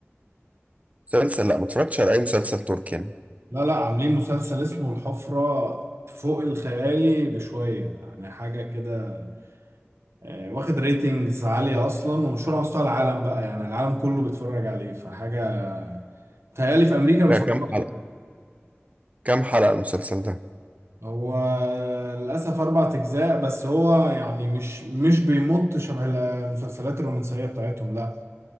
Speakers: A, on the right; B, on the right.
A: مسلسل لا ما اتفرجتش على أي مسلسل تركي يعني
B: لا لا عاملين مسلسل اسمه الحفرة فوق الخيالي بشوية يعني حاجة كده آه، واخد ريتنجز عالية أصلا ومشهور على مستوى العالم بقى يعني العالم كله بيتفرج عليه فحاجة تهيألي في أمريكا
A: ده
B: بيتفرجوا
A: كام حلقة
B: عليه
A: كام حلقة المسلسل ده؟
B: هو للأسف أربع أجزاء بس هو يعني مش مش بيمط شبه المسلسلات الرومانسية بتاعتهم لا